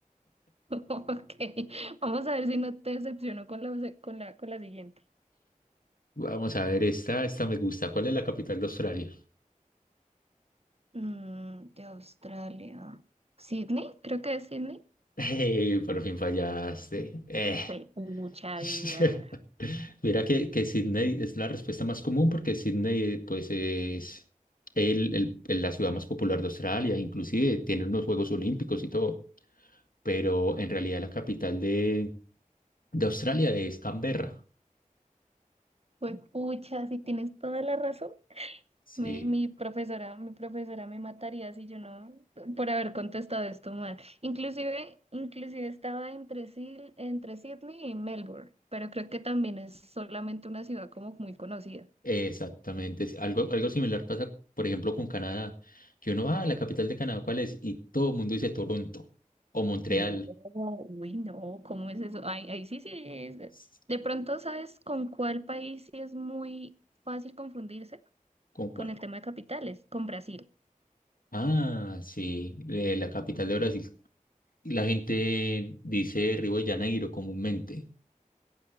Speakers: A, on the right; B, on the left.
A: <laughs> Ok, vamos a ver si no te decepciono con la, con la, con la siguiente.
B: vamos a ver, esta, esta me gusta. ¿Cuál es la capital de Australia?
A: Mm, de Australia. ¿Sydney? Creo que es Sydney.
B: <laughs> Ey, por fin fallaste. Eh.
A: Fue mucha
B: <laughs>
A: vida.
B: Mira que, que Sydney es la respuesta más común porque Sydney eh, pues es el, el- el- la ciudad más popular de Australia, inclusive tiene unos Juegos Olímpicos y todo, pero en realidad la capital de, de Australia es Canberra.
A: Fue pucha, si tienes toda la razón.
B: Sí,
A: Mi, mi profesora, mi profesora me mataría si yo no, por haber contestado esto mal. Inclusive, inclusive estaba entre, Sil- entre Sydney y Melbourne, pero creo que también es solamente una ciudad como muy conocida.
B: Exactamente. es Algo, algo similar pasa, por ejemplo, con Canadá, que uno, ah, la capital de Canadá, ¿cuál es? Y todo el mundo dice Toronto o Montreal.
A: No, uy, no, ¿cómo es eso? Ay, ahí sí, sí. es-
B: S-
A: De pronto, ¿sabes con cuál país sí es muy fácil confundirse
B: ¿Con
A: con
B: cuál?
A: el tema de capitales? Con Brasil.
B: Ah, sí, eh, la capital de Brasil. La gente dice Río de Janeiro comúnmente.